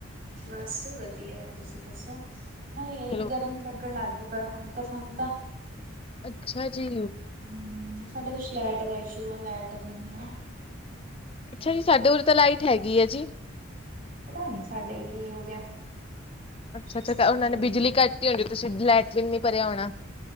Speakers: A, on the right; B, on the left.
A: ਬਸ ਵਧੀਆ ਤੁਸੀਂ ਦੱਸੋ ਹ
B: ਚਲੋ
A: ਗਰਮੀ ਲੱਗ ਲੱਗਣ ਲੱਗ ਗਈ ਪਰ ਹੁਣ ਤਾਂ ਸਾਨੂੰ ਤਾਂ
B: ਅੱਛਾ ਜੀ
A: ਹੂੰ ਸਾਡੇ ਕੁਛ ਲਾਈਟ ਦਾ ਇਸ਼ੂ ਹੈ ਲਾਈਟ ਨਹੀਂ ਹੈ
B: ਅੱਛਾ ਜੀ ਸਾਡੇ ਉਰ ਤਾਂ ਲਾਈਟ ਹੈਗੀ ਆ ਜੀ
A: ਪਤਾ ਨੀ ਸਾਡੇ ਕੀ ਹੋ ਗਿਆ
B: ਅੱਛਾ ਅੱਛਾ
A: ਸਾਡੀ
B: ਉਹਨਾਂ
A: ਲਾਈਟ
B: ਨੇ ਬਿਜਲੀ
A: ਨੂੰ।
B: ਕੱਟਤੀ ਹੋਣੀ ਤੁਸੀਂ ਲਾਈਟ ਵੀ ਨੀ ਭਰਿਆ ਹੋਣਾ